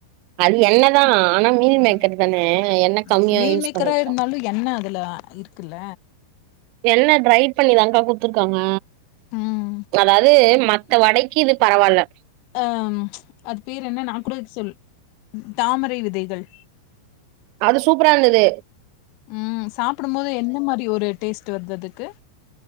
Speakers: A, on the right; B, on the left.
A: அது எண்ணதா ஆனா மீல்
B: ம்
A: மேக்கர் தானே எண்ண
B: ம்
A: கம்மியா
B: மீல்
A: யூஸ்
B: மேக்கரா
A: பண்ணிருக்காங்க
B: இருந்தாலு என்ன அதுல இருக் இருக்குல
A: எண்ண ட்ரை பண்ணிதாக்கா குடுத்துருக்காங்க
B: ம்
A: அதாவது மத்த வடைக்கு இது பரவால்ல
B: அ அது பேர் என்ன நா கூட சொல் தாமரை விதைகள்
A: அது சூப்பராருந்துது
B: ம் சாப்டும் போது என்ன மாரி ஒரு டேஸ்ட் வருது அதுக்கு